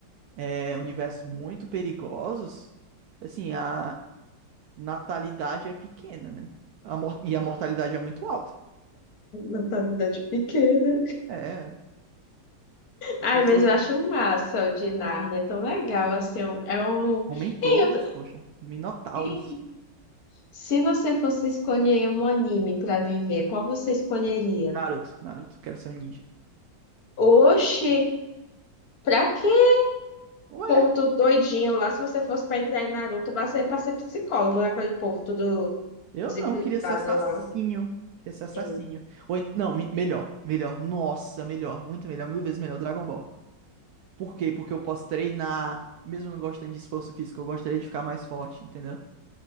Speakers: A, on the right (about 70°); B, on the left (about 60°).
A: é, universos muito perigosos, assim, a natalidade é pequena, né? A mor- e a mortalidade é muito alta.
B: Natalidade pequena.
A: É,
B: Ai,
A: pessoas
B: mas eu
A: não...
B: acho massa o de Nárnia, é tão legal, assim, é um... é um,
A: Homem-touros,
B: Ei, eu tô-
A: poxa. Minotauros.
B: Ei, Se você fosse escolher um anime para viver, qual você escolheria?
A: Naruto, Naruto, quero ser um ninja.
B: Oxi, pra quê?
A: Ué,
B: povo tudo doidinho lá. Se você fosse para entrar em Naruto, você ia pra ser psicólogo né? aquele povo tudo
A: eu
B: desequilibrado
A: não, queria ser assassino.
B: lá.
A: Queria ser assassino.
B: É.
A: Ou, en- não, me- melhor, melhor. Nossa, melhor, muito melhor, mil vezes melhor, Dragon Ball. Por quê? Porque eu posso treinar, mesmo não gostando de esforço físico, eu gostaria de ficar mais forte, entendeu?